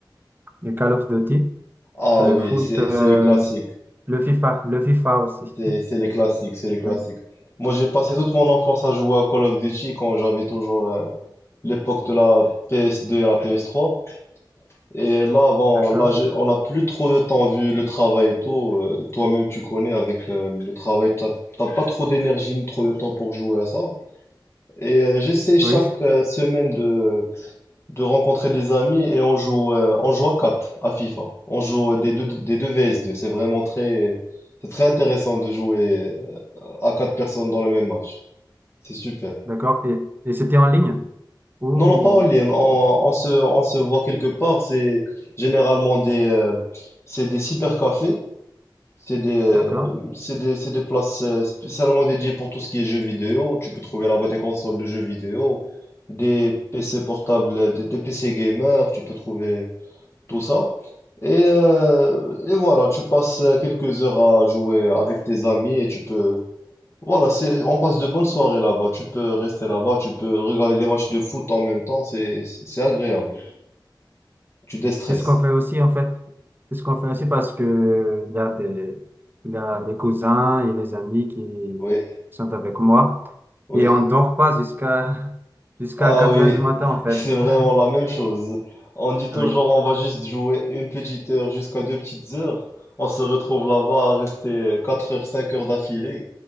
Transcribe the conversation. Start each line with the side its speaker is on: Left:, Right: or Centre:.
Right: Le Call of Duty,
Left: Ah
Right: le
Left: oui,
Right: foot,
Left: c'est,
Right: euh,
Left: c'est le classique.
Right: le FIFA, le FIFA aussi.
Left: C'est, c'est les classiques, c'est les classiques.
Right: Oui.
Left: Moi, j'ai passé toute mon enfance à jouer à Call of Duty quand j'avais toujours, euh, l'époque de la PS2 et la PS3. Et là, bon,
Right: D'accord.
Left: là, j'ai- on n'a plus trop de temps vu le travail et tout. Euh, toi-même, tu connais avec euh, le travail, t'as t'as pas trop d'énergie ni trop de temps pour jouer à ça. Et euh, j'essaie chaque
Right: Oui,
Left: euh, semaine de, de rencontrer des amis et on joue, euh, on joue à 4 à FIFA. On joue euh, des deux, des deux vs C'est vraiment très, c'est très intéressant de jouer euh, à quatre personnes dans le même match. C'est super.
Right: d'accord. Et, et c'était en ligne? Ouh,
Left: Non, non, pas en ligne.
Right: d'accord.
Left: On, on se, on se voit quelque part. C'est généralement des, euh, c'est des cybercafés. C'est des, euh,
Right: D'accord.
Left: c'est des, c'est des places euh, spécialement dédiées pour tout ce qui est jeux vidéo. Tu peux trouver là-bas des consoles de jeux vidéo, des PC portables, euh, des, des PC gamers, tu peux trouver tout ça. Et, euh, et voilà, tu passes euh, quelques heures à jouer avec tes amis et tu peux... Voilà, c'est, on passe de bonnes soirées là-bas. Tu peux rester là-bas, tu peux regarder des matchs de foot en même temps, c'est, c'est c'est agréable. Tu déstresses.
Right: C'est ce qu'on fait aussi en fait. C'est ce qu'on fait aussi parce que il y a des, il y a des cousins et les amis qui
Left: Oui,
Right: sont avec moi.
Left: oui.
Right: Et on dort pas jusqu'à <laughs> jusqu'à
Left: Ah
Right: 4
Left: oui,
Right: heures du
Left: <laughs>
Right: matin en fait.
Left: c'est vraiment
Right: <laughs>
Left: la même chose. On dit toujours
Right: Oui.
Left: on va juste jouer une petite heure jusqu'à deux petites heures. On se retrouve là-bas à rester 4 heures, 5 heures d'affilée.